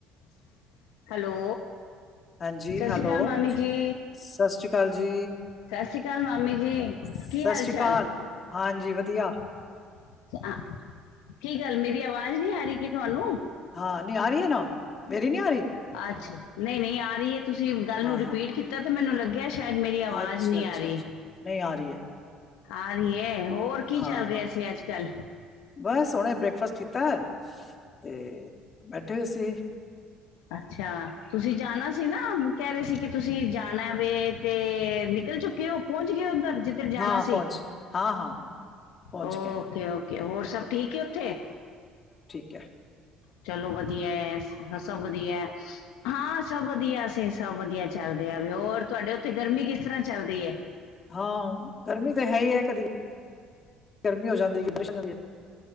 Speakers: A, on the left; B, on the left.
A: ਅ ਹੈਲੋ
B: ਹਾਂਜੀ
A: ਸਤਿ
B: ਹੈਲੋ
A: ਸ਼੍ਰੀ ਅਕਾਲ ਮਾਮੀ ਜੀ
B: ਸਤਿ ਸ੍ਰੀ ਅਕਾਲ ਜੀ
A: ਸਤਿ ਸ਼੍ਰੀ ਅਕਾਲ ਮਾਮੀ ਜੀ
B: ਸਤਿ
A: ਕੀ ਹਾਲ
B: ਸ੍ਰੀ ਅਕਾਲ
A: ਚਾਲ
B: ਹਾਂਜੀ ਵਧੀਆ
A: <unintelligible> ਕੀ ਗੱਲ ਮੇਰੀ ਆਵਾਜ਼ ਨਹੀਂੀ ਆ ਰਹੀ ਕਿ ਤੁਹਾਨੂੰ
B: ਹਾਂ ਨੀ ਆ ਰਹੀ ਹੈ ਨਾ ਮੇਰੀ ਨੀ ਆ ਰਹੀ
A: ਅੱਛਾ ਨਹੀਂ ਨਹੀਂ ਆ ਰਹੀ ਹੈ ਤੁਸੀਂ ਗੱਲ
B: ਹਾਂ
A: ਨੂੰ ਰਿਪੀਟ
B: ਹਾਂ
A: ਕੀਤਾ ਮੈਨੂੰ ਲੱਗਿਆ ਕਿਹਾ ਸ਼ਾਇਦ ਮੇਰੀ ਆਵਾਜ਼
B: ਅੱਛਾ
A: ਨਹੀਂ
B: ਅੱਛਾ
A: ਆ ਰਹੀ
B: ਅੱਛਾ ਨਹੀਂ ਆ ਰਹੀ ਹੈ
A: ਆ ਰਹੀ ਹੋਰ ਕੀ
B: ਹਾਂ
A: ਚੱਲ ਰਿਹਾ ਸੀ ਅੱਜ ਕੱਲ
B: ਬਸ ਹੁਣੇ <unintelligible> ਤੇ ਬੈਠੇ ਸੀ
A: ਅੱਛਾ ਤੁਸੀਂ ਜਾਣਾ ਸੀ ਨਾ ਕਹਿ ਰਹੇ ਸੀ ਕਿ ਤੁਸੀਂ ਜਾਣਾ ਵੇ ਤੇ ਨਿਕਲ ਚੁੱਕੇ ਹੋ ਪਹੁੰਚ ਗਏ ਉੱਧਰ ਜਿੱਧਰ ਜਾਣਾ
B: ਹਾਂ
A: ਸੀ
B: ਪਹੁੰਚ ਹਾਂ ਹਾਂ ਹਾਂ ਪਹੁੰਚ
A: ਓਕੇ
B: ਗਏ
A: ਓਕੇ ਹੋਰ ਸਭ ਠੀਕ ਉੱਥੇ
B: <unintelligible>
A: ਚਲੋ ਵਧੀਆ ਹੈ ਸਭ ਵਧੀਆ ਹਾਂ ਸਭ ਵਧੀਆ ਅਸੀਂ ਸਭ ਵਧੀਆ ਚੱਲਦੇ ਆ ਵੀ ਹੋਰ ਤੁਹਾਡੇ ਉੱਥੇ ਗਰਮੀ ਕਿਸ ਤਰ੍ਹਾਂ ਚੱਲਦੀ ਹੈ
B: ਹਾਂ ਗਰਮੀ ਤਾਂ ਹੈ ਹੀ ਹੈ ਕਦੀ ਗਰਮੀ ਹੋ ਜਾਂਦੀ ਕਿ ਬਾਰਿਸ਼ ਹੋ ਜਾਂਦੀ